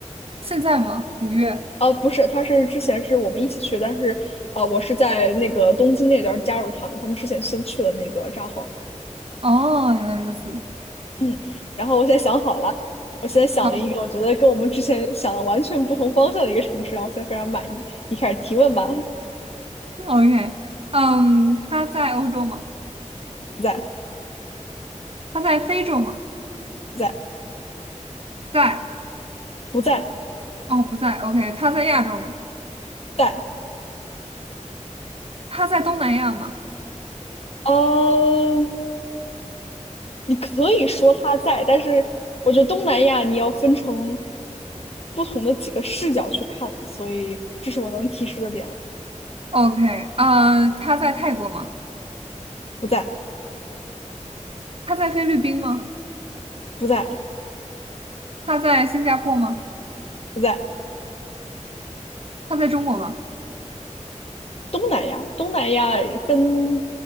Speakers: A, on the right; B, on the left.
A: 现在吗？五月？
B: 啊，不是，他是之前是我们一起去，但是啊，我是在那个东京那段加入他们，他们之前先去了那个札幌，
A: 哦，原来如此。
B: 嗯，然后我现在想好了，我现在想了一个我觉得跟我们之前想的完全不同方向的一个城市，
A: 好
B: 然后我现在非常满意。你开始提问吧，
A: ，OK，OK，嗯，他在欧洲吗？
B: <laughs> 不在，
A: 他在非洲吗？
B: 不在，
A: 在，
B: 不在，
A: 哦，不在。OK，他在亚洲吗？
B: 在，
A: 他在东南亚吗
B: 嗯，你可以说它在，但是我觉得东南亚你要分成不同的几个视角去看，所以这是我能提示的点了。
A: ？OK，呃，他在泰国吗？
B: 不在，
A: 他在菲律宾吗？
B: 不在，
A: 他在新加坡吗？
B: 不在。
A: 他在中国吗
B: 东南亚，东南亚分